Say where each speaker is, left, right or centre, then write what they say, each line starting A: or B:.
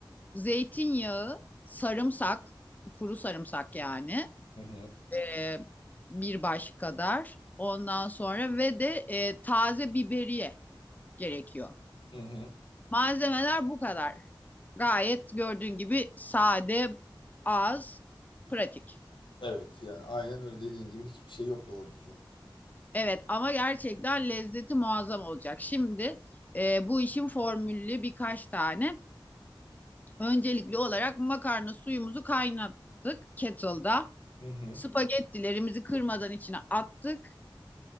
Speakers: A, on the left (about 20°); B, on the left (about 80°).
A: zeytinyağı, sarımsak, kuru sarımsak yani
B: Hı hı.
A: e, bir baş kadar. Ondan sonra ve de e, taze biberiye gerekiyor.
B: Hı hı.
A: Malzemeler bu kadar. Gayet gördüğün gibi sade, az, pratik.
B: Evet yani aynen öyle dediğin gibi hiçbir şey yok doğru düzgün.
A: Evet ama gerçekten lezzeti muazzam olacak. Şimdi e, bu işin formülü birkaç tane. Öncelikli olarak makarna suyumuzu kaynattık kettle'da.
B: Hı hı.
A: Spagettilerimizi kırmadan içine attık.